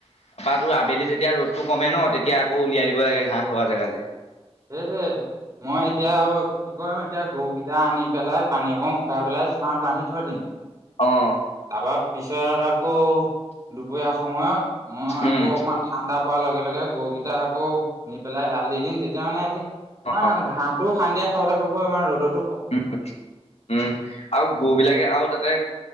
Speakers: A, on the left; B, on the right.
A: ত আবেলি যেতিয়া ৰ'দটো কমে ন তেতিয়া আকৌ উলিয়াই দিব লাগে ঘাঁহ থকা জেগালৈ।
B: সেইটোৱে। মই এতিয়া কি কৰিম এতিয়া গৰুকেইটা আনি পেলাই পানী অকণ খুৱাই পেলাই ছাঁহত বান্ধি থৈ দিম।
A: অঁ
B: তাৰপা পিছত আকৌ দুপৰীয়া সময়ত মই আকৌ
A: উম।
B: অকমান ঠাণ্ডা পোৱাৰ লগে লগে গৰুকেইটা আকৌ নি পেলাই এয়াল দি ধিং তেতিয়া মানে হেৰি
A: অ
B: ওৱা ঘাঁহটোও শান্তিয়ে খাবলৈ পাব ইমান ৰ'দত।
A: উ উম আৰু গৰু বিলাকে আৰু তাতে